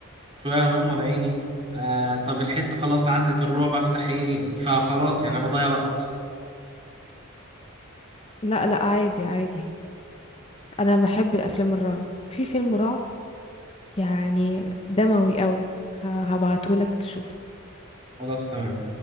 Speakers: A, on the right (about 25°); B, on the left (about 25°).
A: شويه اغمض عيني آه طب الحته خلاص عدت الرعب افتح عيني فخلاص يعني انا بضيع وقت
B: لا لا عادي عادي انا بحب الافلام الرعب في فيلم رعب يعني دموي قوي هبعته لك تشوفه
A: خلاص تمام